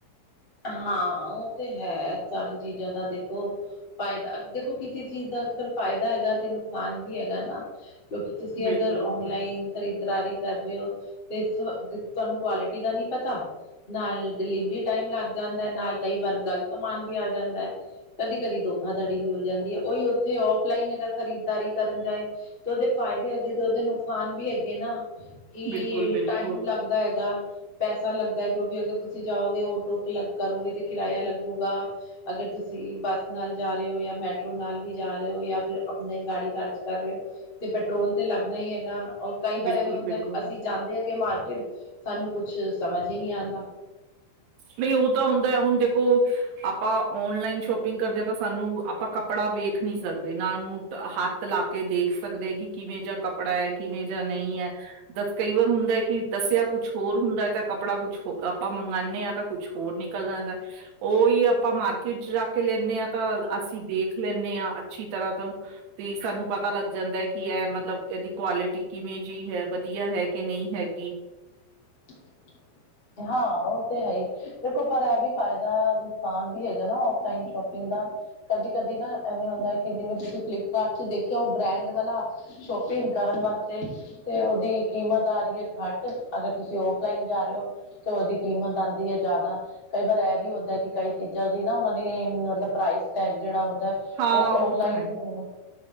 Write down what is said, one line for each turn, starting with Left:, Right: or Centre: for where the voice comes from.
Left: ਹਾਂ ਉਹ ਤੇ ਹੈ, ਸਾਰੀ ਚੀਜ਼ਾਂ ਦਾ ਦੇਖੋ ਫਾਇਦਾ ਦੇਖੋ ਕਿਸੀ ਚੀਜ਼ ਦਾ ਅਗਰ ਫਾਇਦਾ ਹੈਗਾ ਤੇ ਨੁਕਸਾਨ ਵੀ ਹੈਗਾ ਨਾ। ਕਿਉਂਕਿ ਤੁਸੀਂ
Right: ਬਿਲਕੁਲ
Left: ਅਗਰ
Right: ਬਿਲਕੁਲ
Left: ਔਨਲਾਈਨ ਖਰੀਦਾਰੀ ਕਰ ਰਹੇ ਹੋ ਤੇ ਤੁਹਾਨੂੰ ਕੁਆਲਿਟੀ ਦਾ ਨੀ ਪਤਾ। ਨਾਲ ਡਿਲੀਵਰੀ ਟਾਈਮ ਲੱਗ ਜਾਂਦਾ ਹੈ, ਨਾਲ ਕਈ ਵਾਰ ਗ਼ਲਤ ਸਮਾਨ ਵੀ ਆ ਜਾਂਦਾ ਹੈ। ਕਦੀ, ਕਦੀ ਧੋਖਾਧੜੀ ਵੀ ਹੋ ਜਾਂਦੀ ਹੈ, ਉਹੀ ਉੱਥੇ ਔਫਲਾਈਨ ਅਗਰ ਖਰੀਦਦਾਰੀ ਕਰਨ ਜਾਏ। ਤੇ ਉਹਦੇ ਫਾਇਦੇ ਹੈਗੇ ਤੇ ਉਹਦੇ ਨੁਕਸਾਨ ਵੀ ਹੈਗੇ ਨਾ। ਕਿ
Right: ਬਿਲਕੁਲ ਬਿਲਕੁਲ
Left: ਟਾਈਮ ਲੱਗਦਾ ਹੈਗਾ, ਪੈਸਾ ਲੱਗਦਾ, ਕਿਉਂਕਿ ਅਗਰ ਤੁਸੀਂ ਜਾਉਗੇ ਓਟੋ ਅਲੱਗ ਕਰੋਗੇ ਤੇ ਕਿਰਾਇਆ ਲੱਗੂਗਾ। ਅਗਰ ਤੁਸੀਂ ਬੱਸ ਨਾਲ ਜਾ ਰਹੇ ਹੋ ਜਾਂ ਮੈਟਰੋ ਨਾਲ ਵੀ ਜਾ ਰਹੇ ਹੋ ਜਾਂ ਫਿਰ ਆਪਣੇ ਗਾੜੀ ਖਰਚ ਕਰ ਰਹੇ ਹੋ ਤੇ ਪੈਟਰੋਲ ਤੇ ਲੱਗਣਾ ਹੀ ਹੈਗਾ। ਔਰ ਕਈ ਵਾਰ
Right: ਬਿਲਕੁਲ
Left: ਐਵੇਂ ਹੁੰਦਾ
Right: ਬਿਲਕੁਲ
Left: ਅਸੀਂ ਜਾਂਦੇ ਹੈਗੇ ਮਾਰਕੀਟ ਸਾਨੂੰ ਕੁਛ ਸਮਝ ਹੀ ਨਹੀਂ ਆਂਦਾ।
Right: ਨਹੀਂ ਉਹ ਤਾਂ ਹੁੰਦਾ ਹੈ ਹੁਣ ਦੇਖੋ ਆਪਾਂ ਓਨਲਾਈਨ ਸ਼ੋਪਿੰਗ ਕਰਦੇ ਹਾਂ ਤਾਂ ਸਾਨੂੰ ਆਪਾਂ ਕੱਪੜਾ ਵੇਖ ਨੀ ਸਕਦੇ ਨਾਲ ਨੂੰ ਅਹਾ। ਹਾਥ ਲਾ ਕੇ ਦੇਖ ਸਕਦੇ ਏ, ਕਿ ਕਿਵੇਂ ਜਾ ਕੱਪੜਾ ਹੈ, ਕਿਵੇਂ ਜਾ ਨਹੀਂ ਹੈ। ਦਸ ਕਈ ਵਾਰ ਹੁੰਦਾ ਕਿ ਦੱਸਿਆ ਕੁਛ ਹੋਰ ਹੁੰਦਾ ਹੈ, ਤਾਂ ਕੱਪੜਾ ਕੁਛ ਹੋਰ ਆਪਾਂ ਮੰਗਵਾਉਂਦੇ ਹਾਂ ਤਾਂ ਕੁਛ ਹੋਰ ਨਿਕਲ ਜਾਂਦਾ ਉਹੀ ਆਪਾਂ ਮਾਰਕੀਟ 'ਚ ਜਾ ਕੇ ਲੈਣੇ ਹਾਂ ਤਾਂ ਅਸੀਂ ਦੇਖ ਲੈਣੇ ਹਾਂ ਅੱਛੀ ਤਰ੍ਹਾਂ ਤੋਂ ਵੀ ਸਾਨੂੰ ਪਤਾ ਲੱਗ ਜਾਂਦਾ ਹੈ, ਕਿ ਇਹ ਮਤਲਬ ਇਹਦੀ ਕੁਆਲਿਟੀ ਕਿਵੇਂ ਜਿਹੀ ਹੈ, ਵਧੀਆ ਹੈ ਕਿ ਨਹੀਂ ਹੈਗੀ।
Left: <inaudible> ਹਾਂ! ਉਹ ਤੇ ਹੈ ਹੀ, ਦੇਖੋ ਪਰ ਇਹ ਵੀ ਫਾਇਦਾ ਨੁਕਸਾਨ ਵੀ ਹੈਗਾ ਨਾ ਔਫਲਾਈਨ ਸ਼ੋਪਿੰਗ ਦਾ ਕਦੀ, ਕਦੀ ਨਾ ਐਵੇਂ ਹੁੰਦਾ ਕਿ ਜਿਵੇਂ ਤੁਸੀਂ ਫਲਿੱਪਕਾਰਟ 'ਚ ਦੇਖਿਆ ਉਹ ਬ੍ਰੈਂਡ ਵਾਲਾ ਸ਼ੋਪਿੰਗ ਕਰਨ ਵਾਸਤੇ ਤੇ ਉਹਦੀ ਕੀਮਤ ਆ ਰਹੀ ਹੈ ਘੱਟ ਅਗਰ ਤੁਸੀਂ ਔਫਲਾਈਨ ਜਾ ਰਹੇ ਹੋ ਤੋਂ ਉਹਦੀ ਕੀਮਤ ਆਉਂਦੀ ਹੈ ਜ਼ਿਆਦਾ ਕਈ ਵਾਰ ਇਹ ਵੀ ਹੁੰਦਾ ਕਿ ਕਈ ਚੀਜ਼ਾਂ ਦੀ ਨਾ ਉਹਨਾਂ ਨੇ ਮਤਲਬ ਪ੍ਰਾਈਸ ਟੈਕ ਜਿਹੜਾ ਹੁੰਦਾ ਏ
Right: ਹਾਂ
Left: ਉਹ ਔਨਲਾਈਨ।
Right: ਤਾਂ ਹੈ